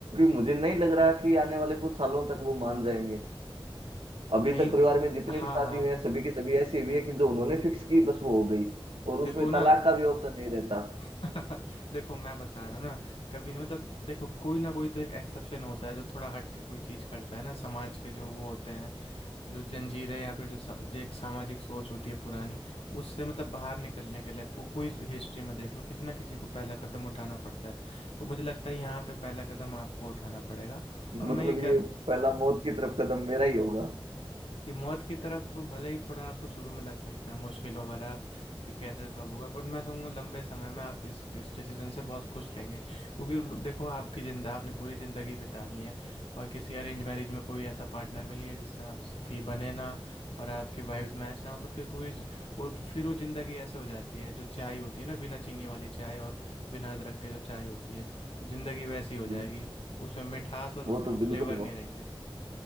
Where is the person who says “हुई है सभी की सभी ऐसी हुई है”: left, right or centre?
Right